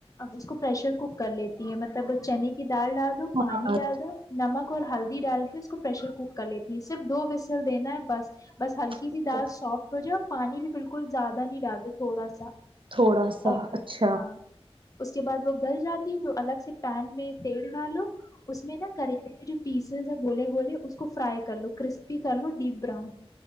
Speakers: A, on the left; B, on the right.
A: اس کو پریشر کوک کر لیتی ہے مطلب چنے کی دال ڈال دو
B: ہاں
A: پانی ڈال دو نمک اور ہلدی ڈال کے اس کو پریشر کوک کر لیتی صرف دو بسل دینا ہے بس بس ہلکی سی
B: اچھا
A: دال سافٹ ہو جو پانی بھی بالکل بالکل زیادہ نہیں رہتے تھوڑا سا
B: تھوڑا سا
A: اور
B: اچھا
A: ہاں اس کے بعد وہ گھر جاتی تو الگ پین میں تیل دوالو اس میں نہ کریلے کے جو پیسز ہیں گولے گولے اس فرائی کرلو کرپ پ کر لو ڈی نرؤن